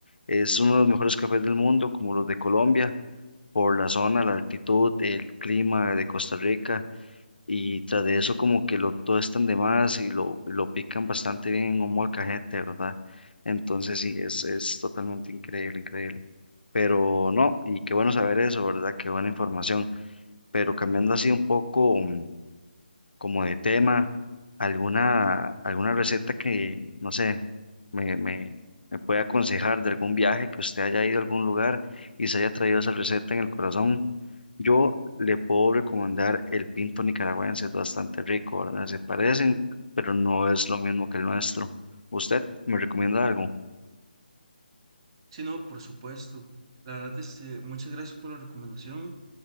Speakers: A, on the left; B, on the right.
A: es uno de los mejores cafés del mundo, como los de Colombia, por la zona, la altitud, el clima de Costa Rica, y tras de eso como que lo tostan de más y lo, lo pican bastante bien en un molcajete, ¿verdad? Entonces sí, es, es totalmente increíble, increíble. Pero no, y qué bueno saber eso, ¿verdad? Qué buena información. Pero cambiando así un poco mm, como de tema, alguna, alguna receta que, no sé, me, me, me pueda aconsejar de algún viaje que usted haya ido a algún lugar y se haya traído esa receta en el corazón. Yo le puedo recomendar el pinto nicaragüense, es bastante rico, ¿verdad? Se parecen, pero no es lo mismo que el nuestro. ¿Usted me recomienda algo?
B: Si no, por supuesto. La verdad, este, muchas gracias por la recomendación.